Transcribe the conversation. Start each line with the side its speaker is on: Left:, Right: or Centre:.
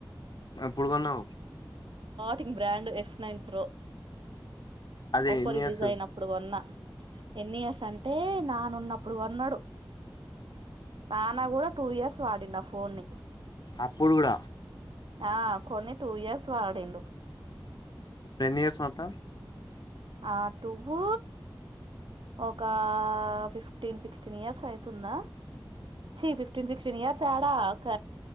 Left: ఎప్పుడు కొన్నావు
Right: టింగ్ బ్రాండ్ ఎఫ్ నైన్ ప్రో
Left: అది
Right: ఒప్పో
Left: ఎన్ని
Right: రిలీజ్
Left: ఇయర్స్
Right: అయినప్పుడు కొన్నా ఎన్ని ఇయర్స్ అంటే నానున్నప్పుడు కొన్నడు నానా కూడా టూ ఇయర్స్ వాడిండు ఆ ఫోన్ని
Left: అప్పుడు గూడ
Right: ఆ కొన్ని టూ ఇయర్స్ వాడిండు
Left: ఎన్ని ఇయర్స్ మాతా
Right: ఆ టుూవ్ ఒక ఫిఫ్టీన్ సిక్స్టీన్ ఇయర్స్ అయితుందా చి ఫిఫ్టీన్ సిక్స్టీన్ ఇయర్స్ ఏడా ఒక